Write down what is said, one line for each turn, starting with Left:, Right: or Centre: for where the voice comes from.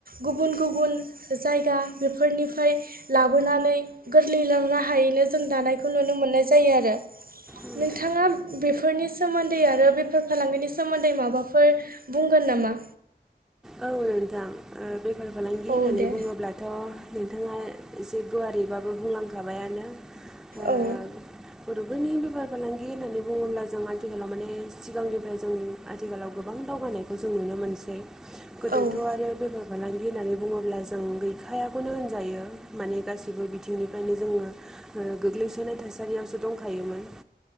Right: गुबुन गुबुन जायगा बेफोरनिफ्राय लाबोनानै गोरलैलों राहायैनो जों दानायखौ नुनो मोननाय जायो आरो।
Centre: उम
Right: नोंथाङा बेफोरनि सोमोन्दै आरो बेफार फालांगिनि सोमोन्दै माबाफोर बुंगोन नामा?
Centre: औ नोंथां ओ बेफार फालांगि
Right: औ
Centre: होननानै
Right: दे
Centre: बुङोब्लाथ' नोंथाङा एसे गुवारैबाबो बुंलांखाबायानो। ओ
Right: औ
Centre: बर'फोरनि बेफार फालांगि होननानै बुङोब्ला जों आथिखालाव माने सिगांनिफ्राय जों आथिखालाव गोबां दावगानायखौ जों नुनो नुनो मोनसै। गोदोथ'
Right: औ
Centre: आरो बेफार फालांगि होननानै बुङोब्ला जों गैखायाखौनो होनजायो। माने गासैबो बिथिंनिफ्रायनो जोङो ओ गोग्लैसोनाय थासारियावसो दंखायोमोन।